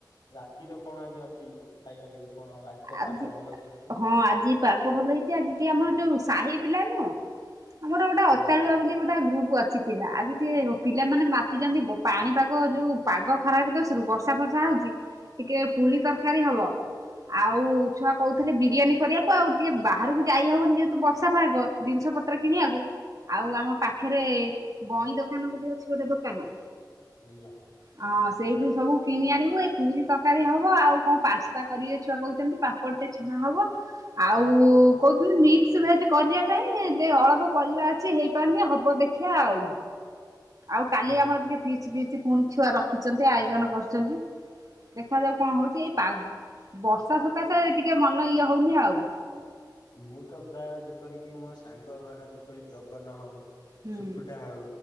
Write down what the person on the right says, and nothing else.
ଆଜି
ହଁ ଆଜି ପାଗ ଭଲ ହେଇଛି ଆଜି ଟିକେ ଆମର ଯୋଉ ସାହି ପିଲା ନୁହଁ ଆମର ଗୋଟେ ଅତାଳୁଆ
ବୋଲି ଗୋଟେ ଗ୍ରୁପ ଅଛି। ପିଲା ଆଜି ଟିକେ ପିଲାମାନେ ମାତି ଛନ୍ତି ବ ପାଣି ପାଗ ଯୋଉ ପାଗ ଖରାପ ଦୋଷରୁ ବର୍ଷା ଫର୍ଷା ହଉଛି। ଟିକେ ପୁରି ତରକାରୀ ହବ। ଆଉ ଛୁଆ କହୁଥିଲେ ବିରିୟାନୀ କରିବାକୁ ଆଉ ଟିକେ ବାହାରକୁ ଯାଇ ହବନି ଯେହେତୁ ବର୍ଷା ଫାଗ ଜିନିଷ ପତ୍ର କିଣିବାକୁ। ଆଉ ଆମ ପାଖରେ ବଇଁ ଦୋକାନ ବୋଲି ଅଛି ଗୋଟେ ଦୋକାନ।
ହଁ ସେଇଠୁ ସବୁ କିଣି ଆଣିବୁ ଏଇ ପୁରୀ ତରକାରୀ ହବ ଆଉ କଣ ପାସ୍ତା କରିବେ। ଛୁଆ କହୁଛନ୍ତି ପାମ୍ପଡ଼ ଟେ ଛଣା ହବ। ଆଉ କହୁଥିଲି ମିକ୍ସ ଭେଜ କରିବା ପାଇଁ ଯେ ଅଳପ ପରିବା ଅଛି ହେଇପାରୁନି ହବ ଦେ ଦେଖିଆ ଆଉ। ଆଉ କାଲି
ଆମର
ଟିକେ ଫିଷ୍ଟ -ଫିଷ୍ଟ ପୁଣି ଛୁଆ ରଖିଛନ୍ତି ଆୟୋଜନ କରିଛନ୍ତି। ଦେଖାଯାଉ କଣ ହଉଛି ଏଇ ପା ବର୍ଷା ସକାଶେ ଟିକେ ମନ ଇଏ ହଉନି ଆଉ।
ହୁଁ